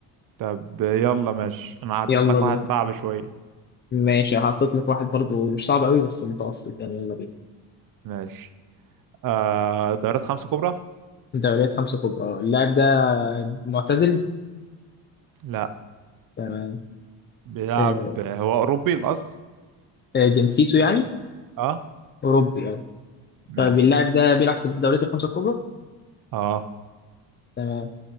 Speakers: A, on the right (about 55°); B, on the left (about 25°).
A: طب يلا ماشي انا هحط
B: يلا
A: لك
B: بينا
A: واحد صعب شوية
B: ماشي هحطط لك واحد برضو مش صعب قوي بس متوسط يعني يلا بينا
A: ماشي آه، دوريات خمسة كبرى
B: دوريات خمسة كبرى اللاعب ده
A: تمام.
B: معتزل
A: لا
B: تمام
A: بيلعب
B: آه،
A: هو أوروبي الأصل
B: آه، جنسيته يعني
A: اه
B: أوروبي يعني
A: ماشي
B: طيب اللاعب ده بيلعب في الدوريات الخمسة الكبرى
A: اه
B: تمام.